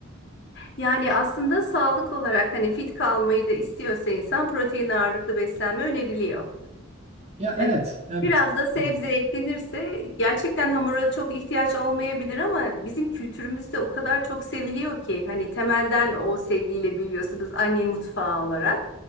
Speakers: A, on the left (about 50°); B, on the right (about 30°).
A: Yani aslında sağlık olarak hani fit kalmayı da istiyorsa insan protein ağırlıklı beslenme öneriliyor.
B: Ya evet,
A: E,
B: evet.
A: Biraz da sebze
B: Hı,
A: eklenirse gerçekten hamura çok ihtiyaç olmayabilir ama bizim kültürümüzde o kadar çok seviliyor ki hani temelden o sevgiyle büyüyorsunuz anne mutfağı olarak.